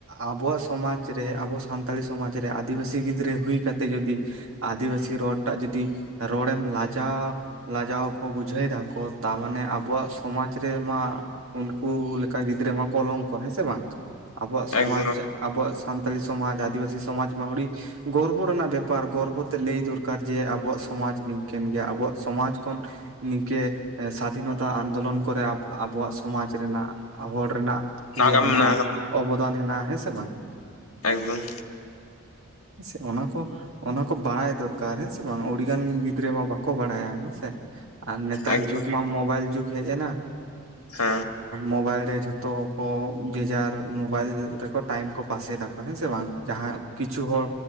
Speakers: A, on the right (about 65°); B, on the left (about 70°).
A: ᱟᱵᱚᱣᱟᱜ ᱥᱚᱢᱟᱡᱽ ᱨᱮ ᱟᱵᱩ ᱥᱟᱱᱛᱟᱲᱤ ᱥᱚᱢᱟᱡᱽ ᱨᱮ ᱟᱫᱤᱵᱟᱥᱤ ᱜᱤᱫᱽᱨᱟᱹ ᱦᱳᱭ ᱠᱟᱛᱮᱜ ᱡᱩᱫᱤ ᱟᱫᱤᱵᱟᱥᱤ ᱨᱚᱲᱴᱟᱜ ᱡᱩᱫᱤ ᱨᱚᱲᱮᱢ ᱞᱟᱡᱟ ᱞᱟᱡᱟᱣ ᱠᱚ ᱵᱩᱡᱷᱟᱹᱣ ᱫᱟᱠᱚ ᱛᱟᱨ ᱢᱟᱱᱮ ᱟᱵᱚᱣᱟᱜ ᱥᱚᱢᱟᱡᱽ ᱨᱮᱢᱟ ᱩᱱᱠᱩ ᱞᱮᱠᱟ ᱜᱤᱫᱽᱨᱟᱹ ᱢᱟ ᱠᱚᱞᱚᱢ ᱠᱚ ᱦᱮᱸ ᱥᱮ ᱵᱟᱝ? ᱟᱵᱚᱣᱟᱜ ᱥᱚᱢᱟᱡᱽ
B: ᱮᱠᱫᱚᱢ
A: ᱟᱵᱚᱣᱟᱜ ᱥᱟᱱᱛᱟᱞᱤ ᱥᱚᱢᱟᱡᱽ, ᱟᱫᱤᱵᱟᱥᱤ ᱥᱚᱢᱟᱡᱽ ᱢᱟ ᱟᱹᱲᱤ ᱜᱚᱨᱵᱚ ᱨᱮᱱᱟᱜ ᱵᱮᱯᱟᱨ ᱜᱚᱨᱵᱚ ᱛᱮ ᱞᱟᱹᱭ ᱫᱚᱨᱠᱟᱨ ᱡᱮ ᱟᱵᱚᱣᱟᱜ ᱥᱚᱢᱟᱡᱽ ᱱᱤᱝ ᱠᱟᱱ ᱜᱮᱭᱟ ᱟᱵᱚᱣᱟᱜ ᱥᱚᱢᱟᱡᱽ ᱠᱷᱚᱱ ᱱᱤᱝᱠᱟᱹ ᱥᱟᱫᱷᱤᱱᱚᱛᱟ ᱟᱱᱫᱳᱞᱚᱱ ᱠᱚᱨᱮ ᱟᱵᱚᱣᱟᱜ ᱥᱚᱢᱟᱡᱽ ᱨᱮᱱᱟᱜ ᱦᱚᱲ ᱨᱮᱱᱟᱜ
B: ᱱᱟᱜᱟᱢ
A: ᱤᱭᱟᱹ ᱦᱮᱱᱟᱜᱼᱟ,
B: ᱢᱮᱱᱟᱜ ᱟᱠᱟᱫᱟ
A: ᱚᱵᱚᱫᱟᱱ ᱦᱮᱱᱟᱜᱼᱟ ᱦᱮᱸ ᱥᱮ ᱵᱟᱝ?
B: ᱮᱠᱫᱚᱢ᱾
A: ᱥᱮ ᱚᱱᱟ ᱠᱚ ᱚᱱᱟ ᱠᱚ ᱵᱟᱲᱟᱭ ᱫᱚᱨᱠᱟᱨ ᱦᱮᱸ ᱥᱮ ᱵᱟᱝ ᱟᱹᱰᱤᱜᱟᱱ ᱜᱤᱫᱽᱨᱟᱹ ᱢᱟ ᱵᱟᱠᱚ ᱵᱟᱲᱟᱭᱟ ᱦᱮᱸ ᱥᱮ᱾ ᱟᱨ ᱱᱮᱛᱟᱨ
B: ᱮᱠᱫᱚᱢ
A: ᱡᱩᱜᱽ ᱢᱟ ᱢᱚᱵᱟᱭᱤᱞ ᱡᱩᱜᱽ ᱦᱮᱡ ᱱᱟ,
B: ᱦᱮᱸ
A: ᱢᱚᱵᱟᱭᱤᱞ ᱨᱮ ᱡᱷᱚᱛᱚ ᱠᱚ ᱡᱮᱡᱟᱨ ᱢᱳᱵᱟᱭᱤᱞ ᱨᱮ ᱠᱚ ᱴᱟᱭᱤᱢ ᱠᱚ ᱯᱟᱥᱮᱫᱟ ᱠᱚ ᱦᱮᱸ ᱥᱮ ᱵᱟᱝ ᱡᱟᱦᱟᱸ ᱠᱚ ᱠᱤᱪᱷᱩ ᱦᱚᱲ